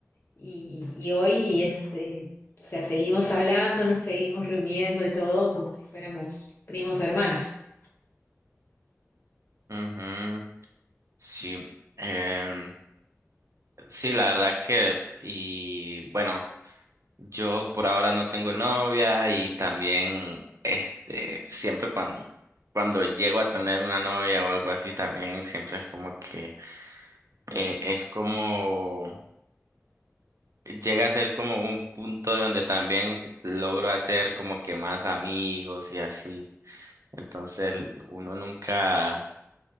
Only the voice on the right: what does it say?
Ujú, Sí. Em, sí, la verdad que, y bueno, yo por ahora no tengo novia y también, este, siempre cuando, cuando llego a tener una novia o algo así, también siempre es como que, eh, es como, llega a ser como un punto de donde también logro hacer como que más amigos y así. Entonces, uno nunca...